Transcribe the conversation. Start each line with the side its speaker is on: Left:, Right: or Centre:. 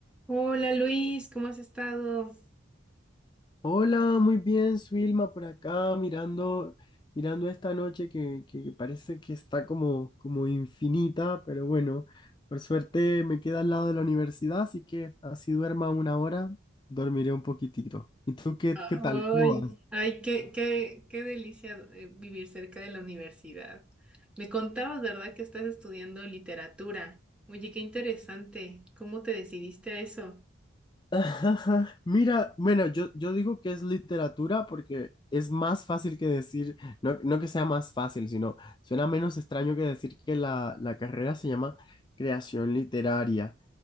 Centre: Hola Luis, ¿cómo has estado?
Left: Hola, muy bien, Suilma, por acá mirando, mirando esta noche que, que parece que está como, como infinita, pero bueno, por suerte me queda al lado de la universidad, así que así duerma una hora, dormiré un poquitito. ¿Y tú qué,
Centre: Ay,
Left: qué tal? ¿Cómo vas?
Centre: ay, qué, qué, qué delicia eh, vivir cerca de la universidad. Me contabas, ¿verdad?, que estás estudiando literatura. Oye, qué interesante. ¿Cómo te decidiste a eso?
Left: <laughs> Ajá. Mira, bueno, yo, yo digo que es literatura porque es más fácil que decir, no, no que sea más fácil, sino suena menos extraño que decir que la, la carrera se llama creación literaria.